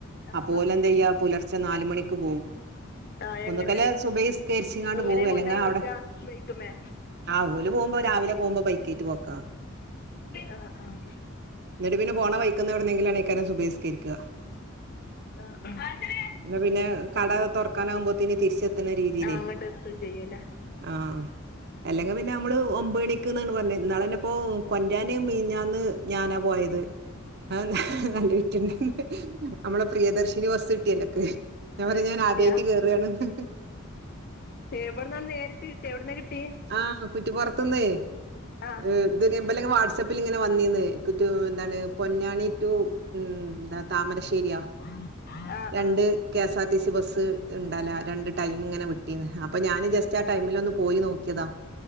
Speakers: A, on the left (about 50°); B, on the right (about 55°).
A: ആഹ്
B: അപ്പോലെന്ത
A: ആഹ്
B: ചെയ്യാ പുലർച്ച നാല് മണിക്ക് പോകും
A: ആഹ്
B: ഒന്നുക്കല്ലേ
A: എങ്ങനെ
B: സുബഹി നിസ്കരിച്ചിങ്ങാണ്ട്
A: എങ്ങനെ
B: പോവു അല്ലെങ്ങാ
A: കൊണ്ടായി കൊടുക്കാ
B: അവിടെ
A: ബൈക്കുമ്മേ
B: ആ ഓല് പോകുമ്പോ രാവിലെ പോവുമ്പോ ബൈക്കേറ്റ് പോക്കാ
A: ആഹ് ആഹ്
B: എന്നിട്ട് പിന്നെ പോണ വൈക്കന്ന് എവിടെന്നങ്കിലാണ് ഇക്കാരൻ സുബഹി നിസ്‌ക്കരിക്കുക
A: ആഹ് ആഹ്
B: എന്നാ പിന്നെ കട തുറക്കാനാവുമ്പോത്തിന് തിരിച്ചെത്തുണ രീതി
A: ആ അങ്ങട് എത്തും ചെയ്യൂല്ലേ
B: ആഹ് അല്ലെങ്കിൽ പിന്നെ ഞമ്മള് ഒമ്പൊയ്ണിക്ക്ന്നാണ് പറഞ്ഞേ ഇന്നാളന്നപ്പോ കൊൻ്റാന് മീഞ്ഞാന്ന് ഞാനാ പോയത് ആഹ് ആലോയിക്കുണേ നമ്മളെ പ്രിയദർശിനി ബസ് കിട്ടിയല്ലോക്ക് ഞാൻ പറയാ
A: ഏ
B: ഞാൻ
A: കിട്ടിയാ
B: ആദ്യായിട്ട് കേറാണ്ന്ന്
A: എവിടന്നാണ് നേരിട്ട് കിട്ടി എവിടന്നാ കിട്ടി
B: ആഹ കുറ്റിപ്പുറത്തു നിന്ന്
A: ആഹ്
B: ഏ- ഇബലെകെവാട്സആപ്പിൽ ഇങ്ങനെ വന്നിന്ന് കുറ്റ എന്താണ്. പൊന്നാണി ടു ഉം എന്താ താമരശ്ശേരിയാ.
A: ആഹ ആഹ
B: രണ്ട് K S R T C bus ഉണ്ടല്ല രണ്ട് ടൈം ഇങ്ങനെ വിട്ടീന്ന് അപ്പൊ ഞാന് ജസ്റ്റ് ആ ടൈമിലൊന്ന് പോയി നോക്കിയതാ